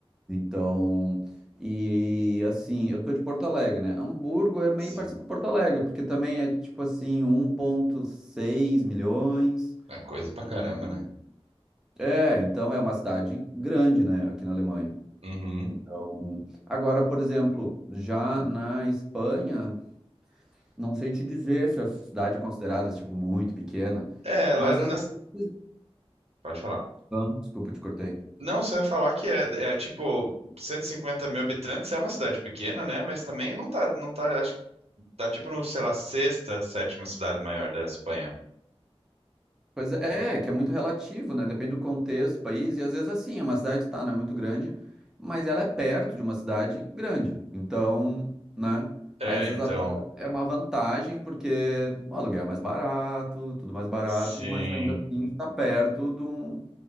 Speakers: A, in the centre; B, on the right.
A: Então, e assim, eu tô de Porto Alegre, né? Hamburgo é meio
B: sim.
A: parecido com Porto Alegre, porque também é tipo assim, 1,6 milhões.
B: É coisa pra
A: E
B: caramba, né?
A: é, então é uma cidade grande, né, aqui na Alemanha.
B: Uhum.
A: Então, agora, por exemplo, já na Espanha, não sei te dizer se a cidade é considerada tipo muito pequena,
B: É, ela
A: mas
B: nas...
A: às vezes,
B: pode falar.
A: Ah, desculpa, te cortei.
B: Não, você ia falar que é, é tipo 150 mil habitantes, é uma cidade pequena, né? Mas também não tá, não tá, acho que tá tipo no, sei lá, sexta, sétima cidade maior da Espanha.
A: Pois é, é, que é muito relativo, né? Depende do contexto, país, e às vezes assim, é uma cidade tá, não é muito grande, mas ela é perto de uma cidade grande. Então, né?
B: É,
A: Aí às vezes
B: então,
A: até é uma vantagem, porque o aluguel é mais barato, tudo mais barato,
B: sim,
A: mas ainda assim tá perto de um,